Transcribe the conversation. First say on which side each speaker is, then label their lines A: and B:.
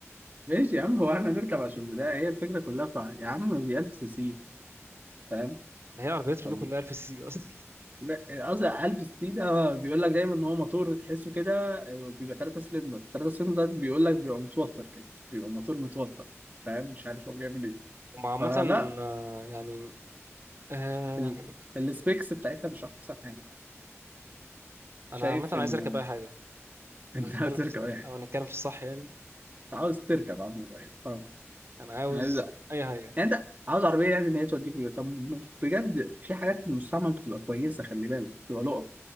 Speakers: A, on the right; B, on the right.
A: ماشي يا عم هو احنا نركب عشان بدا هي الفكرة كلها في يا عم دي 1000 سي سي فاهم
B: ما هي عربيات
A: ولا
B: رينو كلها 1000 سي سي اصلا
A: لا، قصدي ألف سي ده بيقول لك دايما إن هو موتور تحسه كده آه، بيبقى تلاتة سلندر تلاتة سلندر ده بيقول لك بيبقى متوتر كده بيبقى موتور متوتر فاهم مش عارف هو بيعمل إيه
B: وعامة
A: فلا
B: يعني آه
A: ال... السبيكس بتاعتها مش أحسن حاجة شايف
B: انا عامة عايز
A: إن <laughs>
B: اركب اي حاجة
A: أنت
B: لو هنتكلم
A: عاوز تركب
B: في
A: أي حاجة
B: او هنتكلم في الصح يعني
A: أنت عاوز تركب عم فاهم
B: انا عاوز
A: يعني لا.
B: اي حاجة
A: يعني أنت عاوز عربية يعني إن هي توديك ويا- طب بجد في حاجات في المستعمل بتبقى كويسة خلي بالك بتبقى لقط